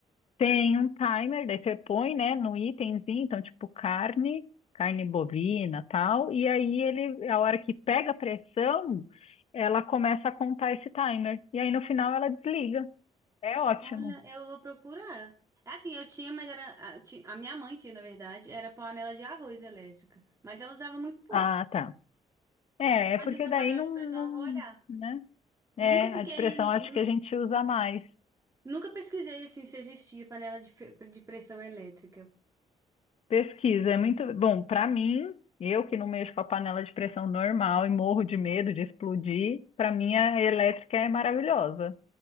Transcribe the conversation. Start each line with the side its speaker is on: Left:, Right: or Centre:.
Left: tem um timer. Daí você põe, né, no itemzinho, então tipo carne, carne bovina, tal. E aí ele, a hora que pega a pressão, ela começa a contar esse timer. E aí no final ela desliga. É ótimo.
Right: Olha, eu vou procurar. Assim, eu tinha, mas era. A eu ti- a minha mãe tinha, na verdade, era panela de arroz elétrica. Mas ela usava muito pouco.
Left: Ah, tá. É, é
Right: Mas
Left: porque
Right: essa
Left: daí
Right: panela
Left: não,
Right: de
Left: não,
Right: pressão eu vou olhar.
Left: né? É,
Right: Nunca
Left: a
Right: fiquei.
Left: depressão acho
Right: nun-
Left: que a gente usa mais.
Right: Nunca pesquisei assim se existia panela de, fe- de pressão elétrica.
Left: Pesquisa é muito bom para mim. Eu que não mexo com a panela de pressão normal e morro de medo de explodir, para mim a elétrica é maravilhosa.